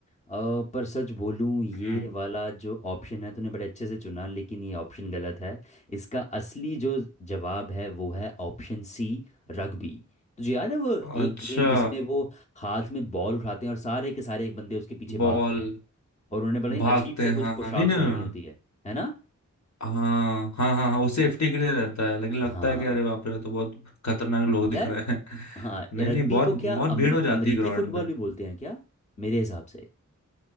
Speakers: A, on the left; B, on the left.
A: अ, पर सच बोलूं ये
B: हम्म
A: वाला जो ऑप्शन है तूने बड़े अच्छे से चुना लेकिन ये ऑप्शन गलत है इसका असली जो जवाब है वो है ऑप्शन सी रग्बी तुझे याद है वो
B: अच्छा
A: एक गेम जिसमें वो हाथ में बॉल उठाते हैं और सारे के सारे एक बंदे उसके पीछे
B: बॉल
A: भागते हैं और उन्होंने बड़ा ही
B: भागते
A: अजीब सा
B: हैं
A: कुछ
B: हाँ
A: पोशाक
B: हाँ नहीं नहीं
A: पहनी
B: नहीं,
A: होती है है ना
B: हाँ हाँ हाँ हाँ वो सेफ्टी के लिए रहता है लेकिन लगता
A: हाँ
B: है कि अरे बाप रे तो बहुत खतरनाक लोग दिख
A: यार
B: रहे हैं <laughs>
A: हाँ
B: नहीं
A: रग्बी
B: नहीं बहुत
A: को क्या
B: बहुत
A: अमरी,
B: भीड़ हो जाती
A: अमरीकी
B: है ग्राउंड
A: फुटबॉल
B: पे
A: भी बोलते हैं क्या मेरे हिसाब से